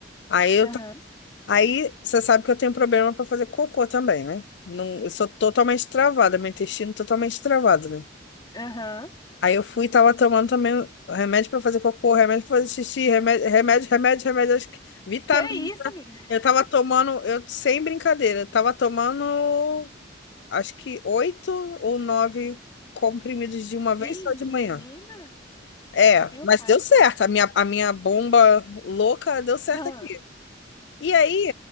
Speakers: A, on the left; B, on the left.
A: Aí eu,
B: Aham.
A: ta- aí você sabe que eu tenho problema pra fazer cocô também, né? Não, eu sou totalmente travada, meu intestino totalmente travado, né?
B: Aham.
A: Aí eu fui e tava tomando também remédio pra fazer cocô, remédio pra fazer xixi, remédio, remédio, remédio, remédio, acho que vitamina.
B: Que isso, amiga?
A: Eu tava tomando, eu sem brincadeira, eu tava tomando acho que oito ou nove comprimidos de uma vez
B: Menina?
A: só de manhã. É,
B: Meu
A: mas
B: pai.
A: deu
B: amado.
A: certo. A minha, a minha bomba louca deu certo
B: Ah.
A: aqui. E aí,